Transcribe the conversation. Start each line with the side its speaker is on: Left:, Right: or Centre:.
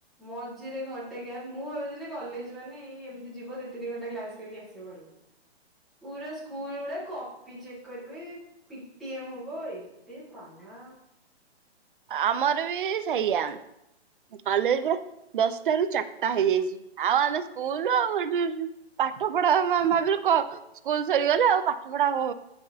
Centre: ମଝିରେ ଘଣ୍ଟେ ଗ୍ୟାପ୍। ମୁଁ ଭାବିଥିଲି କଲେଜ ମାନେ ଏଇ ଏମିତି ଯିବ ଦି ତିନି ଘଣ୍ଟା କ୍ଲାସ କରିକି ଆସିବ। ପୁରା ସ୍କୁଲ ଭଳିଆ କପି ଚେକ୍ କରିବେ। ପି ଟି ଏମ ହବ ଏତେ ପାଲା।
Right: ଆମର ବି ସେଇଆ କଲେଜ ଦଶଟାରୁ ଚାରିଟା ହେଇଯାଇଛି। ଆଉ ଆମେ ସ୍କୁଲ <unintelligible> ପାଠ ପଢା ଭାବ ସ୍କୁଲ ସରିଗଲେ ଆଉ ପାଠ ପଢା ହ